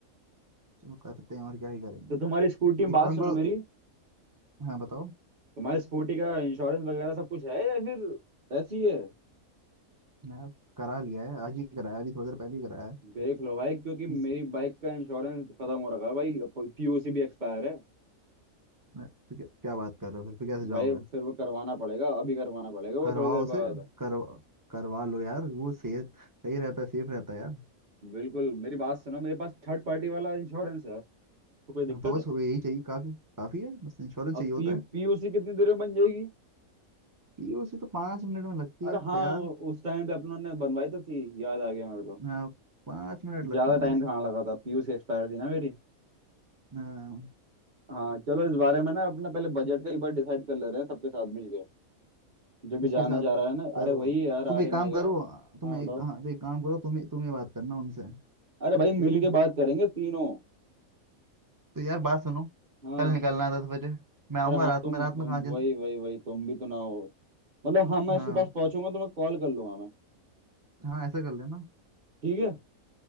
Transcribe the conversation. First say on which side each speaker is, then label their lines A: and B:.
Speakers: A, on the right; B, on the right.
A: चलो करते हैं और क्या ही करेंगे
B: तो तुम्हारी स्कूटी
A: एक
B: बात
A: काम
B: सुनो
A: करो
B: मेरी
A: हाँ बताओ
B: तुम्हारी स्कूटी का इंश्योरेंस वगैरह सब कुछ है या फिर ऐसी है
A: यार करा लिया है आज ही कराया अभी थोड़ी देर पहले ही कराया है
B: देख लो भाई क्योंकि मेरी
A: हम्म,
B: बाइक का इंश्योरेंस खत्म हो रखा है भाई पीयूसी भी एक्सपायर है
A: तो क्या, क्या बात कर रहे हो फिर फिर कैसे
B: भाई
A: जाओगे
B: फिर वो करवाना पड़ेगा अभी करवाना पड़ेगा वो
A: करवाओ
B: थोड़ी देर
A: उसे
B: बाद
A: करवा करवा लो यार वो सेफ सही रहता है सेफ रहता है यार
B: बिल्कुल मेरी बात सुनो मेरे पास थर्ड पार्टी वाला इंश्योरेंस है तो कोई दिक्कत
A: हाँ, तो बस
B: है
A: वो यही चाहिए काफी काफी है बस इंश्योरेंस चाहिए
B: अब
A: होता
B: पी
A: है
B: पीयूसी कितनी देर में बन जाएगी
A: ये उसे तो पाँच मिनट में लगती
B: अरे
A: है
B: हाँ
A: तैयार
B: उस टाइम पे अपनों ने बनवाई तो थी याद आ गया मेरे को
A: हाँ, पाँच मिनट लगते
B: ज्यादा
A: हैं
B: टाइम
A: बस
B: कहाँ लगा था पीयूसी एक्सपायर थी ना मेरी
A: हाँ,
B: हाँ चलो इस बारे में ना अपना पहले बजट का एक बार डिसाइड कर ले रहे हैं सबके साथ मिलके जो भी
A: किसके
B: जाना
A: साथ
B: चाह रहा है ना
A: करो
B: अरे वही यार
A: तुम
B: आर्यन
A: एक काम
B: वगैरह
A: करो तुम
B: हाँ
A: एक
B: बताओ
A: हाँ तो एक काम करो तुम तुम ही बात करना उनसे
B: अरे भाई
A: ठीक
B: मिल
A: है
B: के बात करेंगे तीनों
A: तो यार बात सुनो
B: हाँ
A: कल निकलना है दस बजे मैं आऊंगा
B: अरे हाँ
A: रात
B: तुम
A: में रात
B: हो तुम
A: में कहाँ जिन
B: वही वही वही तुम भी तो ना हो मतलब हाँ मैं
A: हाँ
B: इसके पास पहुंचूंगा तो मैं कॉल कर लूंगा मैं
A: हाँ ऐसा कर लेना
B: ठीक है